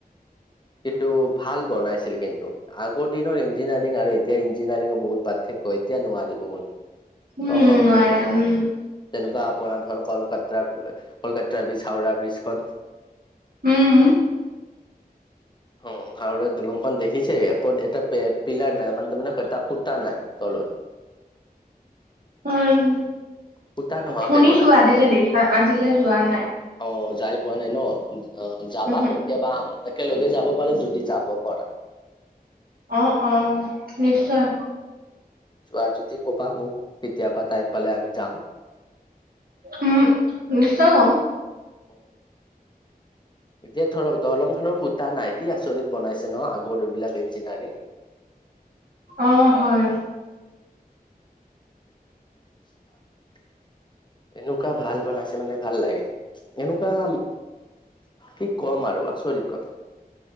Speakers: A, on the left; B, on the right.
A: কিন্তু, ভাল বনাইছিল কিন্তু। আগৰ দিনৰ ইঞ্জিনিয়াৰিং আৰু এতিয়া ইঞ্জিনিয়াৰিঙ বহুত পাৰ্থক্য। এতিয়া নোৱাৰিব কোনো-
B: উম,
A: অসম্ভৱ
B: নোৱাৰে,
A: কথা।
B: উম,
A: তেনেকুৱা আপোনাৰ ধৰ কলকাতা কলকাতা ব্ৰীজ, হাওৰা ব্ৰীজখন-
B: উম,
A: অ' হউৰাৰ দলংখন দেখিছে। ক'ত এটা পিলাৰ নাই মানেটো মানেই এটা ফুতা নাই। তলত-
B: অঁ,
A: খুটা নোহোৱাকে
B: শুনিছো
A: বনাইছে
B: আজিলৈ দেখা, আজিলৈ যোৱা নাই।
A: অ'যাই পোৱা নাই ন' অ যাবা।
B: উহু,
A: কেতিয়াবা আম' একেলগে যাব পাৰিম, যদি যাব পাৰা।
B: অ', অ', নিশ্চয়।
A: যোৱা যদি ক'বা মোক, কেতিয়াবা টাইম পালে আমি যাম।
B: উম, নিশ্চয় কম।
A: অ'। এতিয়া ধৰক, দলং খনৰ খুটা নাই কি আচৰিত বনাইছে ন', আগৰ এইবিলাক ইঞ্জিনিয়াৰিং।
B: অ' হয়।
A: <inaudible> এনকুৱা ভাল বনাইছে মানে ভাল লাগে। এনকুৱা কি কম আৰু আচৰিত কথা!